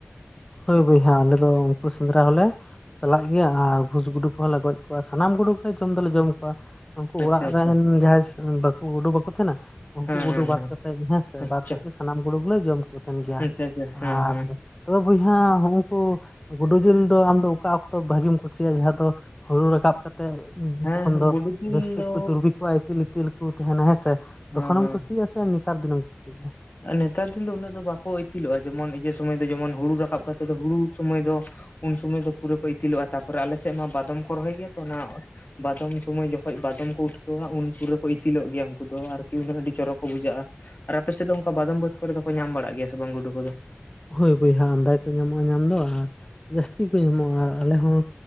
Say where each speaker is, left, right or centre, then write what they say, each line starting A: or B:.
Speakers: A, on the left; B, on the left.
A: ᱦᱳᱭ ᱵᱚᱭᱦᱟ ᱟᱞᱮ ᱫᱚ ᱩᱱᱠᱩ ᱥᱮᱸᱫᱽᱨᱟ ᱦᱚᱸᱞᱮ ᱪᱟᱞᱟᱜ ᱜᱮᱭᱟ ᱟᱨ ᱵᱷᱩᱥ ᱜᱩᱰᱩ ᱠᱚᱦᱚᱸ ᱞᱮ ᱜᱚᱡ ᱠᱚᱣᱟᱜ ᱥᱟᱱᱟᱢ ᱜᱩᱰᱩ ᱜᱮ ᱡᱚᱢ ᱫᱚᱞᱮ ᱡᱚᱢ ᱠᱚᱣᱟ ᱩᱱᱠᱩ
B: ᱟᱪᱪᱷᱟ
A: ᱚᱲᱟᱜ
B: ᱟᱪᱪᱷᱟ ᱟᱪᱪᱷᱟ
A: ᱨᱮᱱ ᱡᱟᱦᱟᱸᱭ ᱵᱟᱠᱚ ᱜᱩᱰᱩ ᱵᱟᱠᱚ ᱛᱟᱦᱮᱸᱱᱟ, ᱩᱱᱠᱩ
B: ᱦᱮᱸ
A: ᱜᱩᱰᱩ
B: ᱦᱮᱸ
A: ᱵᱟᱫ
B: ᱦᱮᱸ
A: ᱠᱟᱛᱮ ᱜᱮ ᱦᱮᱸᱥᱮ
B: ᱟᱪᱪᱷᱟ
A: ᱵᱟᱫ ᱵᱟᱠᱤ ᱥᱟᱱᱟᱢ ᱜᱩᱰᱩ ᱜᱮᱞᱮ ᱡᱚᱢ ᱠᱚ ᱛᱟᱦᱮᱱ ᱜᱮᱭᱟ᱾
B: ᱟᱪᱪᱷᱟ ᱟᱪᱪᱷᱟ ᱦᱮᱸ
A: ᱟᱨ
B: ᱦᱮᱸ
A: ᱛᱚᱵᱮ ᱵᱚᱭᱦᱟ ᱦᱩᱜ-ᱩᱠᱩ ᱜᱩᱰᱩ ᱡᱤᱞ ᱫᱚ ᱟᱢ ᱫᱚ ᱚᱠᱟ ᱚᱠᱛᱚ ᱵᱷᱟᱜᱤᱢ ᱠᱩᱥᱤᱭᱟᱜ-ᱟ ᱡᱟᱦᱟᱸ ᱫᱚ ᱦᱩᱲᱩ ᱨᱟᱠᱟᱵ ᱠᱟᱛᱮᱜ
B: ᱦᱮᱸ
A: ᱛᱚᱠᱷᱚᱱ ᱫᱚ
B: ᱜᱩᱰᱩ ᱡᱤᱞ
A: ᱵᱮᱥᱴᱷᱤᱠ
B: ᱫᱚ
A: ᱠᱚ ᱪᱩᱨᱵᱤ ᱠᱚᱜ-ᱟ ᱤᱛᱤᱞ ᱤᱛᱤᱞ ᱠᱚ ᱛᱟᱦᱮᱱᱟ ᱦᱮᱸᱥᱮ ᱛᱚᱠᱷᱚᱱᱮᱢ
B: ᱦᱮᱸ ᱦᱮᱸ
A: ᱠᱩᱥᱤᱭᱟᱜ-ᱟ ᱥᱮ ᱱᱮᱛᱟᱨ ᱫᱤᱱ ᱮᱢ ᱠᱩᱥᱤᱭᱟᱜ-ᱟ?
B: ᱟᱨ ᱱᱮᱛᱟᱨ ᱫᱤᱱ ᱫᱚ ᱩᱱᱟᱹᱜ ᱫᱚ ᱵᱟᱠᱚ ᱤᱛᱤᱞᱚᱜᱼᱟ ᱾ ᱡᱮᱢᱚᱱ ᱤᱭᱟᱹ ᱥᱚᱢᱚᱭ ᱫᱚ ᱡᱮᱢᱚᱱ ᱦᱩᱲᱩ ᱨᱟᱠᱟᱵ ᱠᱟᱛᱮᱫ ᱫᱚ ᱦᱩᱲᱩ ᱥᱚᱢᱚᱭ ᱫᱚ ᱩᱱ ᱥᱩᱚᱢᱚᱭ ᱫᱚ ᱯᱩᱨᱟᱹ ᱠᱚ ᱤᱛᱤᱞᱚᱜᱼᱟ᱾ ᱛᱟᱨ ᱯᱚᱨᱮ ᱟᱞᱮ ᱥᱮᱫ ᱢᱟ ᱵᱟᱫᱚᱢ ᱠᱚ ᱨᱚᱦᱚᱭ ᱜᱮᱭᱟ ᱛᱚ ᱚᱱᱟ ᱵᱟᱫᱚᱢ ᱥᱩᱢᱚᱭ ᱡᱚᱠᱷᱚᱡ ᱵᱟᱫᱚᱢ ᱠᱚ ᱩᱴᱠᱟᱹᱣᱟ ᱩᱱ ᱯᱩᱨᱟᱹ ᱠᱚ ᱤᱛᱤᱞᱚᱜ ᱜᱮᱭᱟ ᱩᱱᱠᱩ ᱫᱚ ᱟᱨᱠᱤ ᱩᱱᱟᱹᱜ ᱟᱹᱰᱤ ᱪᱚᱨᱚᱠ ᱠᱚ ᱵᱩᱡᱷᱟᱹᱜᱼᱟ ᱾ ᱟᱨ ᱟᱯᱮ ᱥᱮᱫ ᱫᱚ ᱚᱱᱠᱟ ᱵᱟᱫᱚᱢ ᱵᱟᱹᱫᱽ ᱠᱚᱨᱮ ᱫᱚᱠᱚ ᱧᱟᱢ ᱵᱟᱲᱟᱜ ᱜᱮᱭᱟ ᱥᱮ ᱵᱟᱝ ᱜᱩᱰᱩ ᱠᱚᱫᱚ?
A: ᱦᱳᱭ ᱵᱚᱭᱦᱟᱸ ᱟᱢᱫᱟᱜᱼᱼ ᱧᱟᱢᱚᱜᱼᱟ ᱧᱟᱢ ᱫᱚ ᱟᱨ ᱡᱟᱹᱥᱛᱤ ᱠᱚ ᱧᱟᱢᱚᱜᱼᱟ ᱟᱨ ᱟᱞᱮ ᱦᱚᱸ